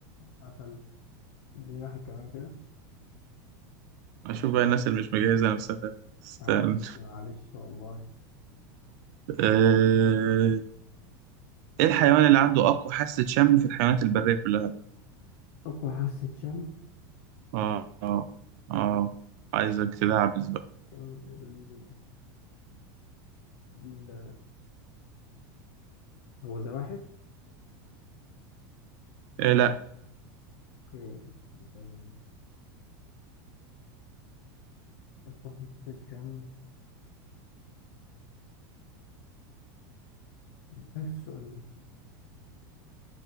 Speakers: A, on the left; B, on the right.
A: قفل اديني واحد كمان كده
B: أشوف بقى الناس اللي مش مجهزة نفسها استنى
A: معلش معلش والله
B: آه، إيه الحيوان اللي عنده أقوى حاسة شم في الحيوانات البرية كلها؟
A: أقوى حاسة شم
B: آه آه آه عايزك تدعبس بقى
A: شم ال... ال... هو زواحف
B: إيه لا
A: اوكي آه، أقوى حاسة شم إيه السؤال ده